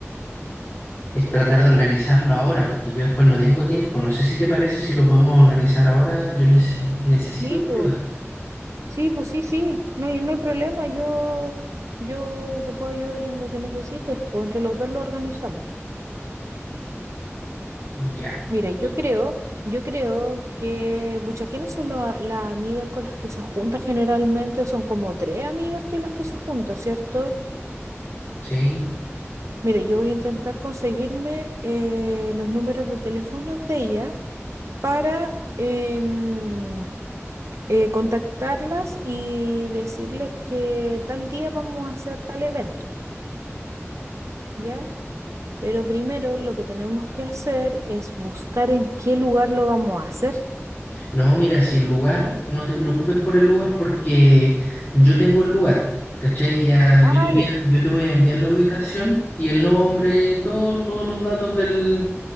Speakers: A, on the left; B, on the right.
A: es tratar de organizarlo ahora, porque yo después no tengo tiempo. No sé si te parece si lo podemos organizar ahora, yo necesito, necesito
B: Sí,
A: tu
B: pues,
A: ayuda.
B: sí, pues sí, sí, no hay, no hay problema, yo, yo te puedo ayudar en lo que necesites, pues entre los dos lo organizamos.
A: Ya,
B: Mira, yo creo, yo creo que, pucha, ¿quiénes son lo- las amigas con las que se junta generalmente? Son como tres amigas que las que se junta, ¿cierto?
A: sí.
B: Mira, yo voy a intentar conseguirme eh, los números de teléfono de ella para em, eh, contactarlas y decirles que tal día vamos a hacer tal evento. ¿ya? Pero primero lo que tenemos que hacer es buscar en qué lugar lo vamos a hacer.
A: No, mira, si el lugar, no te preocupes por el lugar porque yo tengo el lugar, ¿cachai? Ya, yo
B: Ay,
A: te voy a, yo te voy a enviar la ubicación y el nombre, todo- todos los datos del,